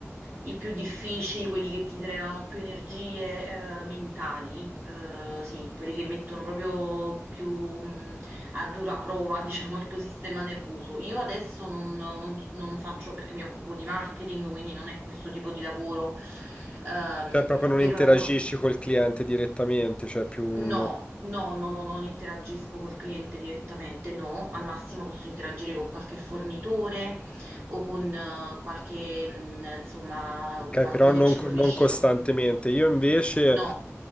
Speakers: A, on the right; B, on the left.
A: i più difficili, quelli che ti drenano più energie, eh, mentali, eh, sì, quelli che mettono proprio più, mh, a dura prova, <laughs> diciamo, il tuo sistema nervoso. Io adesso non, non- non faccio perché mi occupo di marketing, quindi non è questo tipo di lavoro, ehm,
B: Cioè proprio non
A: però...
B: interagisci col cliente direttamente, cioè più un...
A: No, no, no, no, non interagisco col cliente direttamente, no, al
B: eh,
A: massimo posso interagire con qualche fornitore o con eh, qualche, mm, insomma,
B: Ok,
A: qualcuno
B: però non,
A: che ci
B: co-
A: fornisce.
B: non costantemente.
A: qual- Commerciale.
B: Io invece
A: No,